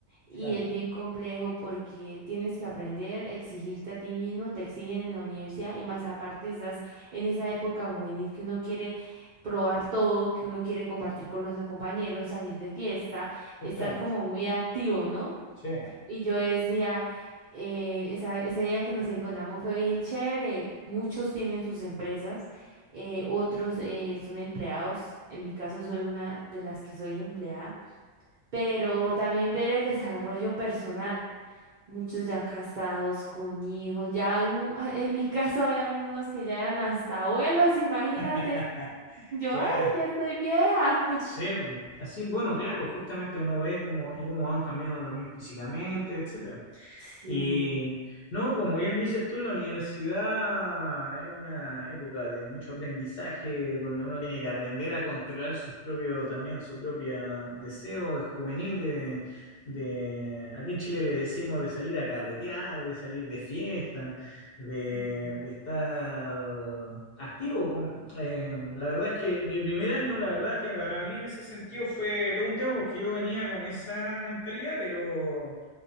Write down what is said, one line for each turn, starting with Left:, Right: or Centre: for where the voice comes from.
Right: y
Left: claro,
Right: es bien complejo porque tienes que aprender, exigirte a ti mismo, te exigen en la universidad y más aparte estás en esa época juvenil que uno quiere probar todo, que uno quiere compartir con los compañeros, salir de fiesta,
Left: justamente.
Right: estar como muy activo, ¿no?
Left: Sí.
Right: Y yo decía, eh, esa- ese día que nos encontramos fue bien chévere. Muchos tienen sus empresas, eh, otros eh, son empleados. En mi caso soy una de las que soy empleada, pero también ver el desarrollo personal. Muchos ya casados con hijos, ya un- <laughs> en mi caso habían unos que ya eran hasta abuelos, imagínate.
Left: <laughs>
Right: Yo,
Left: Claro.
Right: ay, ya estoy vieja. <laughs>
Left: Sí, así, bueno, claro, justamente uno ve cómo y cómo van cambiando también físicamente, etcétera.
Right: Sí,
Left: Y no, como bien dices tú, la universidad es una época de mucho aprendizaje, donde uno tiene que aprender a controlar sus propios, también su propio deseo de juvenil, de, de, aquí en Chile le decimos de salir a carretear, de salir de fiesta, de,
Right: ujú,
Left: de estar activo. con- eh, la verdad es que mi primer año, la verdad que para mí en ese sentido fue todo un tema porque yo venía con esa mentalidad, pero